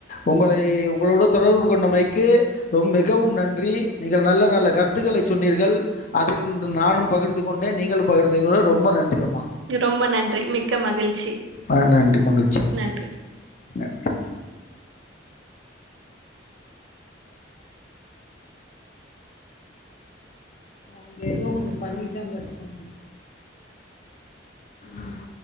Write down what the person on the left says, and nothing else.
உங்களை உங்களோடு தொடர்பு கொண்டமைக்கு ரொ மிகவும் நன்றி நீங்கள் நல்ல நல்ல கருத்துக்களை சொன்னீர்கள் அதில் நானும் பகிர்ந்து கொண்டேன் நீங்களும் பகிர்ந்திங்க ரொம்ப நன்றி அம்
ஆ நன்றி மகிழ்ச்சி
நன்றி அங்க ஏதோ ஒன்னு பண்ணிட்டுதாங்க இருக்காங்க ம்